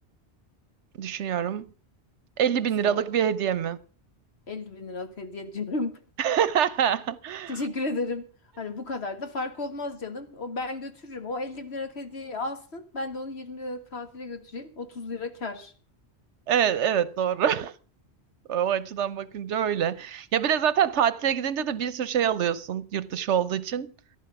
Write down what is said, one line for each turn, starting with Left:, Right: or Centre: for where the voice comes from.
Right: Düşünüyorum. 50
Left: Yoksa
Right: bin liralık bir hediye mi?
Left: 50 bin liralık hediye ediyorum.
Right: <laughs>
Left: <laughs> Teşekkür ederim. Hani bu kadar da fark olmaz canım. O ben götürürüm. O 50 bin liralık hediyeyi alsın. Ben de onu 20 liralık tatile götüreyim. 30 lira kar.
Right: Evet, evet doğru. <laughs> O açıdan bakınca öyle. Ya bir de zaten tatile gidince de bir sürü şey alıyorsun yurt dışı olduğu için.